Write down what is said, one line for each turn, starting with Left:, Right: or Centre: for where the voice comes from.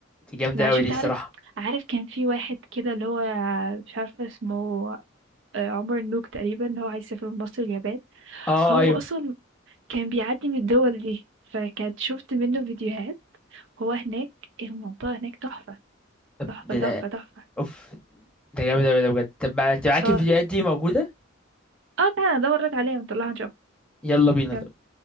Centre: دي جامدة أوي
Right: شُفت
Centre: دي الصراحة
Right: عارف عارف كان في واحد كده اللي هو مش عارفة اسمه آآ عمر النوك تقريبًا، اللي هو عايز يسافر من مصر اليابان،
Centre: اه
Right: هو
Centre: أيوه
Right: أصلًا كان بيعدّي من الدول دي، فكانت شُفت منّه فيديوهات وهو هناك المنطقة هناك تحفة،
Centre: طب
Right: تحفة،
Centre: ده
Right: تحفة،
Centre: ده
Right: تحفة.
Centre: أوف ده جامد أوي ده بجد طب ما أنت معاك
Right: آه،
Centre: الفيديوهات دي موجودة
Right: آه تعالَ أدوّر لك عليها ونطلّعها نشوفها،
Centre: يلا بينا
Right: يالّا.